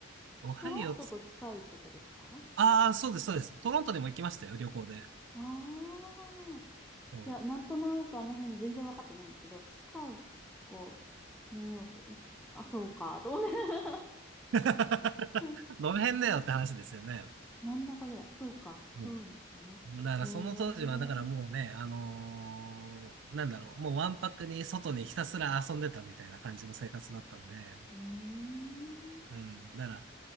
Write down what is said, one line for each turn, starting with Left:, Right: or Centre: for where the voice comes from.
Right: オハイオつ、
Centre: トロントと近いとこですかあ
Right: ああ、そうです、そうです。トロントでも行きましたよ、旅行で。
Centre: あー。
Right: そう
Centre: いや、なんとなくあの辺全然わかってないんですけど、シカゴ、ニューヨーク、きあ、そうか、と思って。<laughs>
Right: <laughs>
Centre: うん
Right: どの辺だよって話ですよね。
Centre: 真ん中ぐらい。そうか。
Right: うん
Centre: そうですね。
Right: だからその当時は、
Centre: ええー
Right: だからもうね、あのーなんだろう、もうわんぱくに外にひたすら遊んでたみたいな感じの生活だったんで、
Centre: うーん。
Right: うん、だから